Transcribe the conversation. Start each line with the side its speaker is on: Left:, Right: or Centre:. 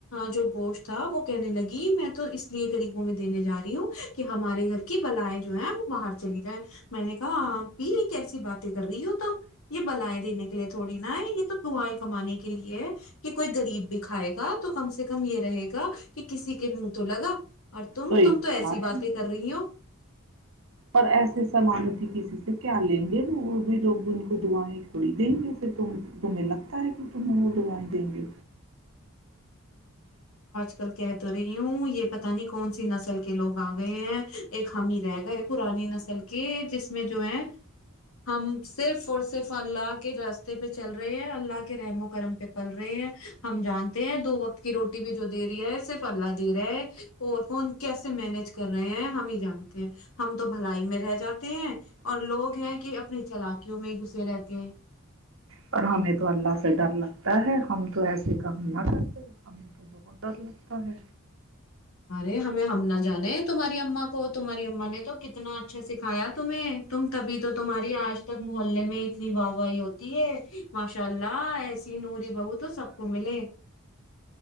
Left: جو گوشت تھا وہ کہنے لگی میں تو اس لیے غریبوں میں دینے جا رہی ہوں کہ ہمارے گھر کی بلائیں جو ہے باہر چلی جائ میں نے کہا آپ بھی یہ کیسی باتیں کر رہی ہو تو یہ بلائےیں دینے کے لیے تھوڑی نا یہ تو دعائیں کمانے کے لیے ہے کہ کوئی غریب بکھائے گا تو کم سے کم یہ رہے گا کہ کسی کے منہ تو لگا اور تم
Right: صحیح
Left: تم تو ایسی
Right: بات ہے
Left: باتیں کر رہی ہو
Right: اور ایسے سلامتی ہی کسی سے کیا لیں گے وہ وہ بھی لوگ ان کو دعائیں کھڑی دیں گےے تمہیں لگتا ہے پ ت ہم وہ دووائی دیں گے
Left: ل کہ تو ہو رہی ہوں یہ پتا نہیں کون سی نسل کے لوگ آ گئے ہیں ایک ہم ہی رہ گئے پرانی نسل کے جس میں جو ہے ہم صرف اور صرف اللہ کے راستے پہ چل رہے ہیں اللہ کے رحم و کرم پہ پل رہے ہیں ہم جانتے ہیں دو وقت کی روٹی بھی جو دے رہی ہے صرف اللہ دے رہا ہے اور فون کیسے مینج کر رہ رہے ہیں ہم ہی جانتے ہیں ہم تو بھلائی میں رہ جاتے ہیں اور لوگ ہیں کہ اپنے چلاکیوں میں ہی گھسے رہتے ہیں
Right: پر ہمیں تو اللہ سے ڈر لگتا ہے ہم تو ایسے کام نہ کرتے ہمیں تو بہت ڈر لگتا ہے
Left: ارے ہمیں ہم نہ جانے تمہاری اما کو تمہاری اما نے تو کتنا اچھا سکھایا تمہیں تم تبھی تو تمہاری آج تک محلے میں اتنی واہ واہی ہوتی ہے ماشاء اللہ ایسی نوری بہو تو سب کو ملے